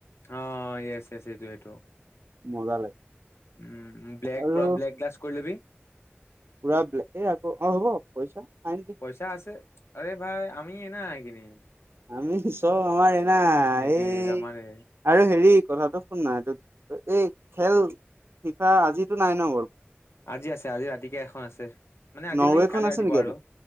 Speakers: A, on the left (about 75°); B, on the right (about 65°).
A: অঁ য়েছ য়েছ, এইটো-এইটো
B: মজা লাগে।
A: উমঁ! ব্লেক
B: আৰু
A: পৰা ব্লেক গ্লাছ কৰি লবি।
B: পুৰা বলেগ এই আকৌ অ হ'ব পইচা ফাইন দিবি
A: তাৰ আছে আৰে ভাই আমি এ না একেদিন।
B: আমি চব আমাৰ না
A: সেইটোয়ে
B: এই
A: আমাৰে
B: আৰু হেৰি কথাটো শুন না এইটো এই খেল শিখা আজিতো নাই ন বল
A: আজি আছে আজি ৰাতিকে এখন আছে মানে আজি
B: নৰৱেখন
A: মানে কি কালি
B: আছে
A: ৰাতিপুৱা
B: নেকি
A: আৰু।
B: আজি